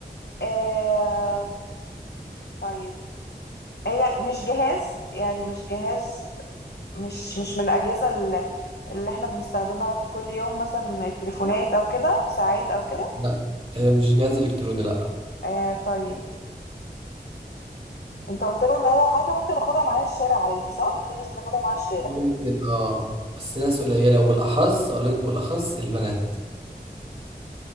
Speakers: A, on the left (about 80°); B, on the right (about 35°).
A: آه... طيب هي مش جهاز يعني مش جهاز مش مش من الأجهزة ال- اللي احنا بنستخدمها في كل يوم مثلا التليفونات او كده ساعات او كده
B: لا هي مش جهاز الكتروني لا
A: آه طيب انت قلت له ان هي حاجة ممكن اخدها معايا الشارع عادي صح؟ في ناس بتاخدها معايا الشارع
B: ممكن اه بس ناس قليلة وبالأخص أقول لك بالأخص البنات